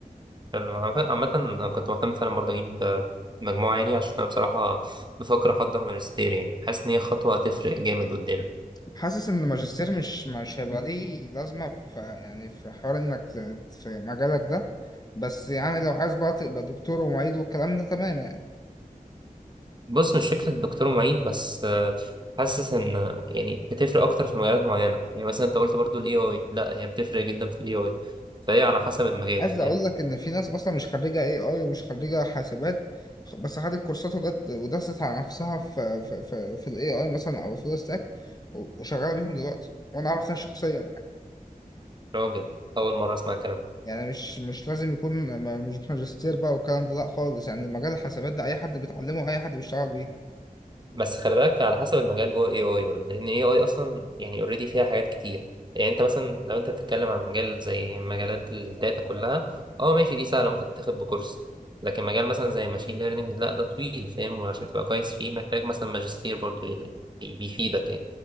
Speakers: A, on the right (about 30°); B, on the left (about 25°).
A: حلو عامة عامة أنا كنت مهتم فعلا برضه أجيب مجموعة عالية عشان أنا بصراحة بفكر أحضر ماجستير يعني حاسس إن هي خطوة هتفرق جامد قدام
B: حاسس ان الماجستير مش مش هيبقى ليه لازمه في يعني في حوار انك في مجالك ده بس يعني لو عايز بقى تبقى دكتور ومعيد والكلام ده تمام يعني
A: بص مش فكرة دكتور معيد بس آه، حاسس ان آه، يعني بتفرق اكتر في مجالات معينة يعني مثلا انت قلت برضو الاي اي لا هي بتفرق جدا في الاي اي فهي على حسب المجال
B: عايز
A: فاهم
B: اقول لك ان في ناس اصلا مش خريجه اي اي ومش خريجه حاسبات خ- بس خدت كورسات وجت ودست على نفسها في في في, في الاي اي مثلا او الفول ستاك و- وشغاله بيهم دلوقتي وانا اعرف ناس شخصيا يعني
A: راجل اول مرة اسمع الكلام ده
B: يعني مش مش لازم يكون ما- مش ماجستير بقى والكلام ده لا خالص يعني مجال الحاسبات ده اي حد بيتعلمه اي حد بيشتغل بيه
A: بس خلي بالك على حسب المجال جوه اي اي برضه لان اي اي اصلا يعني اوريدي فيها حاجات كتير يعني انت مثلا لو انت بتتكلم عن مجال زي مجالات الداتا كلها اه ماشي دي سهلة ممكن تاخد بكورس لكن مجال مثلا زي ماشين ليرنينج لا ده طويل فاهم وعشان تبقى كويس فيه محتاج مثلا ماجستير برضه يعني بي- بيفيدك